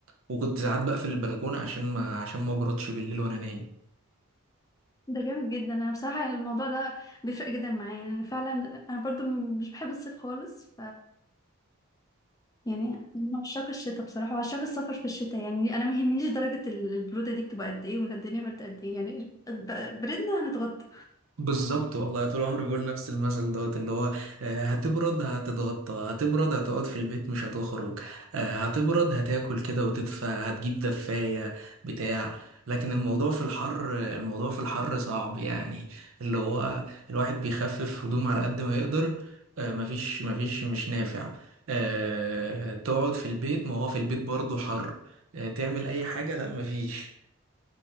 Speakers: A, on the right; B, on the left.
A: وكنت ساعات بقفل البلكونة عشان ما عشان ما ابردش بالليل وانا نايم
B: ده جامد جدا انا بصراحة الموضوع ده بيفرق جدا معايا لان فعلا انا برضو مش بحب الصيف خالص يعني أنا من عشاق الشتاء بصراحة وعشاق السفر في الشتاء يعني أنا ما يهمنيش درجة البرودة دي بتبقى قد إيه ولا الدنيا برد قد إيه يعني ب- بردنا هنتغطى
A: بالظبط والله طول عمري بقول نفس المثل دوت اللي هو آه، هتبرد هتتغطى هتبرد هتقعد في البيت مش هتخرج آه، هتبرد هتاكل كده وتدفى هتجيب دفاية بتاع لكن الموضوع في الحر الموضوع في الحر صعب يعني اللي هو الواحد بيخفف هدوم على قد ما يقدر آه، مفيش مفيش مش نافع آه، تقعد في البيت ما هو في البيت برضه حر آه، تعمل أي حاجة لا مفيش